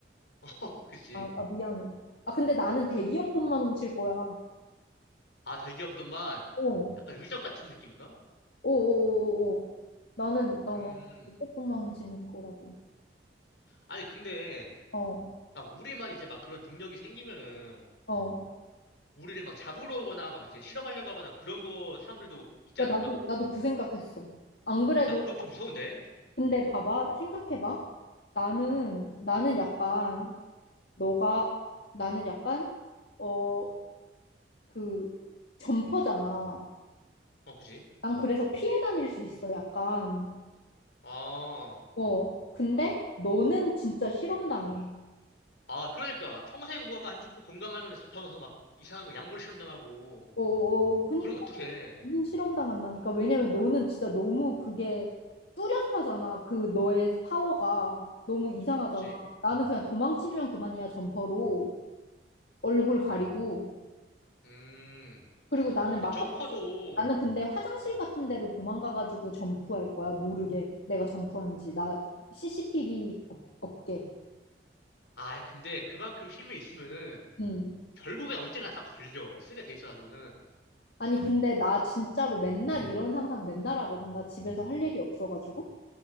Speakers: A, on the left; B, on the left.
A: <laughs> 어, 그지.
B: 아, 아, 미안해. 아, 근데 나는 대기업 돈만 훔칠 거야.
A: 아, 대기업들만
B: 어,
A: 약간 의적 같은 느낌인가?
B: 오오오오. 나는, 나완
A: 음.
B: 대기업 돈만 훔치는 거라고.
A: 아니, 근데
B: 어,
A: 막 우리만 이제 막 그런 능력이 생기면은
B: 어.
A: 우리를 막 잡으러 오거나 막 이제 실험하려고 하거나 그런 거 사람들도 있지
B: 야,
A: 않을까?
B: 나도, 나도 그 생각했어. 안 그래도
A: 나 그건 좀 무서운데.
B: 근데 봐봐, 생각해봐. 나는, 나는 약간, 너가, 나는 약간, 어, 그, 점퍼잖아.
A: 어, 그지.
B: 난 그래서 피해 다닐 수 있어, 약간.
A: 아,
B: 어, 근데 너는 진짜 실험당해.
A: 아, 그러니까 평생 뭐 안 죽고 건강하면 잡혀가서 막 이상한 거 약물 실험 당하고
B: 어, 어, 어, 그니까
A: 그럼 어떡해.
B: 너는 실험당한다니까. 왜냐면 너는 진짜 너무 그게 뚜렷하잖아. 그 너의 파워가 너무 이상하잖아.
A: 그지?
B: 나는 그냥 도망치면 그만이야, 점퍼로. 얼굴 가리고.
A: 음.
B: 그리고 나는
A: 근데
B: 막
A: 점퍼도
B: 화장실, 나는 근데 화장실 같은 데로 도망가가지고 점프할 거야. 모르게. 내가 점프한지. 나 CCTV 없, 없게.
A: 아, 근데 그만큼 힘이 있으면은
B: 음.
A: 결국엔 언젠가 다 걸려. 쓰게 돼 있어가지고는.
B: 아니, 근데 나 진짜로 맨날 이런 상상 맨날 하거든. 나 집에서 할 일이 없어가지고.